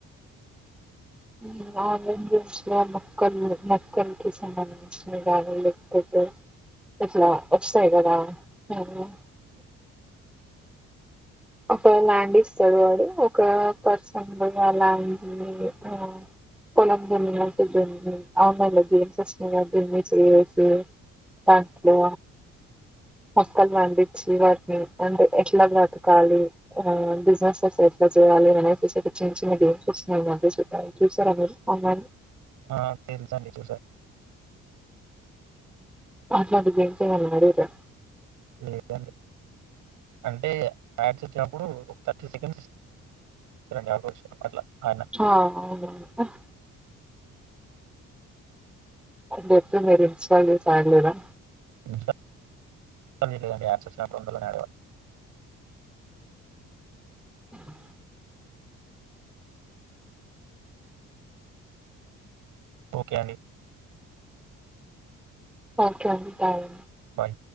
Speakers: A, in the centre; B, on the right (about 85°).
A: నేను ఆన్లైన్ గేమ్స్ లో మొక్కలు మొక్కలకి సంబందించిన దానిలో కొ ఇట్లా వస్తాయి కదా అవునా ఒక ల్యాండ్ ఇస్తాడు వాడు ఒక పర్సన్గా ల్యాండ్ ఆ పోలం దన్నకి ఇచ్చుంటుంది. ఆన్లైన్లో గేమ్స్ వస్తున్నాయి కదా దునేసి ఎత్తి పండు మొక్కలు పండిచడానికి ఇబ్బంది ఎట్లా అన్నాడు. కాలు ఆ బిజినెస్ ఎట్లా చేయాలి అనేసి చిన్న చిన్న గేమ్స్ వస్తునాయి కదా. చూసారా మీరు ఓ మెన్
B: ఆ తెలుసండి చూసాను
A: అట్లాంటి గేమ్స్ లేవు న్నను అడుగుతే
B: లేదండి అంటే యాడ్స్ వచ్చినప్పుడు ఒక థర్టీ సెకండ్స్ రండి యాగోచి అట్లా ఆయన
A: ఆ అవునువును అంట అ గేమ్స్ మీరు ఇన్స్టాల్ చేసి అడలేదా?
B: స లేదండి ఎక్సస్ నాకుందిలే అని యాడ్ అవ్వలే
A: ఉహు
B: ఒకే అండి
A: ఒకే అండి బాయ్
B: బాయ్